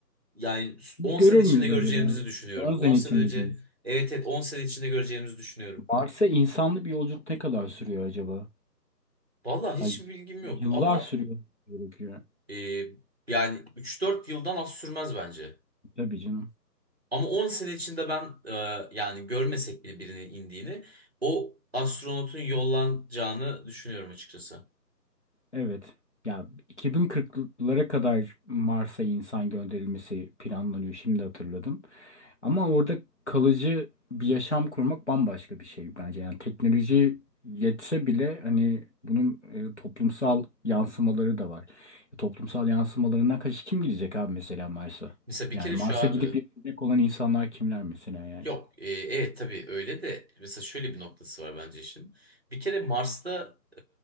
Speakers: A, on the right; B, on the left.
A: yani
B: Biz
A: 10
B: görür
A: sene
B: müyüz
A: içinde göreceğimizi
B: acaba?
A: düşünüyorum.
B: 10 sene
A: 10 sene
B: içinde
A: önce,
B: diyoruz.
A: evet evet 10 sene içinde göreceğimizi düşünüyorum.
B: Mars'a insanlı bir yolculuk ne kadar sürüyor acaba?
A: Vallahi
B: Ya,
A: hiçbir bilgim
B: yıllar
A: yok ama
B: sürüyor gerekiyor.
A: e, yani 3-4 yıldan az sürmez bence.
B: Tabii canım.
A: Ama 10 sene içinde ben e, yani görmesek bile birinin indiğini o astronotun yollanacağını düşünüyorum açıkçası.
B: Evet. Ya 2040'lara kadar Mars'a insan gönderilmesi planlanıyor. Şimdi hatırladım. Ama orada kalıcı bir yaşam kurmak bambaşka bir şey bence. Yani teknoloji yetse bile hani bunun e, toplumsal yansımaları da var. E, Toplumsal yansımalarından kaç kim gidecek abi mesela Mars'a?
A: Mesela bir
B: Yani
A: kere
B: Mars'a
A: şu abi
B: gidip yaşayacak olan insanlar kimler mesela yani?
A: yok e, evet tabii öyle de mesela şöyle bir noktası var bence işin. Bir kere Mars'ta